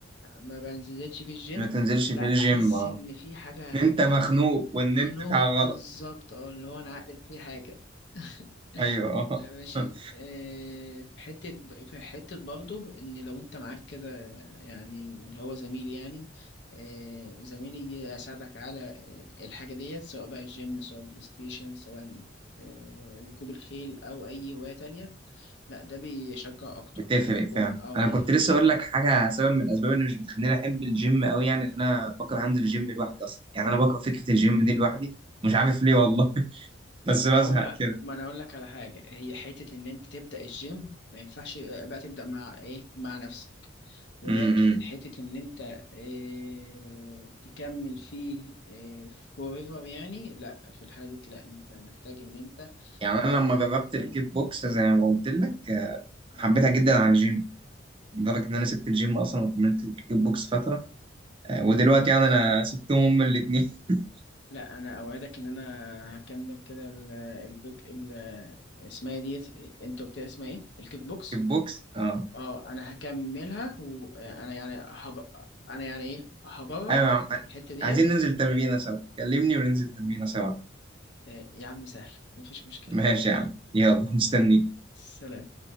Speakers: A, on the left; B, on the right.
A: ما بنزلش فيه الجيم
B: ما تنزلش
A: لا
B: في الجيم
A: احس
B: أه
A: ان في حاجه
B: إن أنت مخنوق وإن
A: مخنوق
B: أنت في حاجة غلط
A: بالظبط اه اللي هو انا عقلت في حاجه <laughs>
B: أيوة <laughs>
A: ماشي
B: أه
A: آه، في حتة في حتة برضه إن لو أنت معاك كده يعني اللي هو زميل يعني آه، زميل يجي يساعدك على آه، الحاجة ديت سواء بقى الجيم سواء البلاي ستيشن سواء آه، ركوب الخيل أو أي هواية تانية لا ده بيشجع اكتر
B: بتفرق فعلا
A: او او
B: انا
A: بيخليك
B: كنت لسه اقول لك حاجه سبب من الاسباب اللي مش بتخليني احب الجيم قوي يعني ان انا بكره انزل الجيم لوحدي اصلا يعني انا بكره فكره الجيم دي لوحدي مش عارف ليه والله <laughs> بس
A: طب
B: بزهق
A: ما هو
B: كده
A: ما انا اقول لك على حاجه هي حته ان انت تبدا الجيم ما ينفعش آه، بقى تبدا مع ايه مع نفسك ولكن
B: امم
A: حته ان انت إيه تكمل فيه إيه forever يعني لا في الحاله دي لا انت محتاج ان انت
B: يعني انا
A: إيه
B: لما جربت
A: يكون
B: الكيك بوكس زي ما قلت لك آه، حبيتها
A: اه
B: جدا عن الجيم لدرجه ان انا سبت الجيم اصلا وكملت الكيك بوكس فتره آه، ودلوقتي يعني انا سبتهم هما الاثنين <laughs>
A: لا انا اوعدك ان انا هكمل كده ال- البيك ال- اسمها دي انت قلت لي اسمها ايه الكيك بوكس
B: كيك بوكس اه
A: اه انا هكملها وانا يعني هج... انا يعني ايه هجرب
B: ايوه يا عم.
A: الحتة ديت
B: عايزين ننزل تمرينه سوا كلمني وننزل تمرينه سوا
A: آه، يا عم سهل مفيش مشكلة
B: ماشي يا عم يلا مستنيك
A: سلام